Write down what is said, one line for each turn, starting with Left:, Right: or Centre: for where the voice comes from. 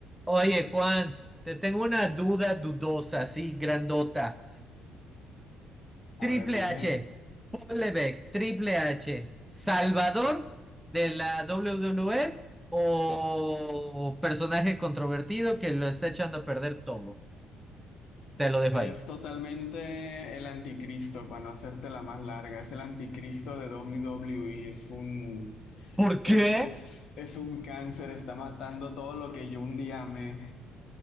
Centre: Oye, Juan, te tengo una duda dudosa, así grandota. Triple
Left: A ver, dime.
Centre: H, Paul Levesque, Triple H, ¿Salvador de la WWE o personaje controvertido que lo está echando a perder todo? Te lo dejo
Left: Es
Centre: ahí.
Left: totalmente el anticristo, para no hacerte la más larga. Es el anticristo de W W WWE. Es un,
Centre: ¿Por qué?
Left: es, es, es un cáncer. Está matando todo lo que yo un día amé